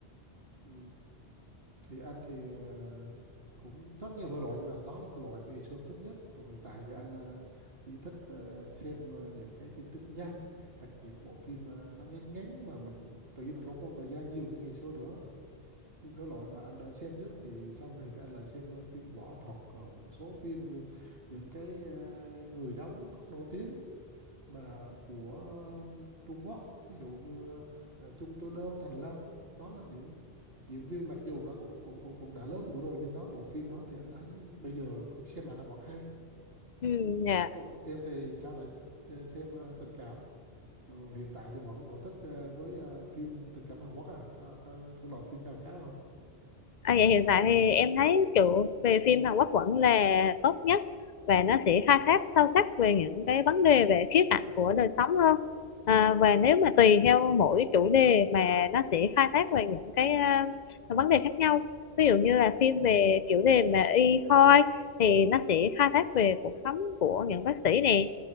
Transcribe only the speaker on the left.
ừ, dạ
À, vậy hiện tại thì em thấy kiểu về phim Hàn Quốc vẫn là tốt nhất và nó sẽ khai thác sâu sắc về những cái vấn đề về khía cạnh của đời sống hơn à, và nếu mà tùy theo mỗi chủ đề mà nó sẽ khai thác về những cái à, vấn đề khác nhau ví dụ như là phim về chủ đề mà y khoa thì nó sẽ khai thác về cuộc sống của những bác sĩ nè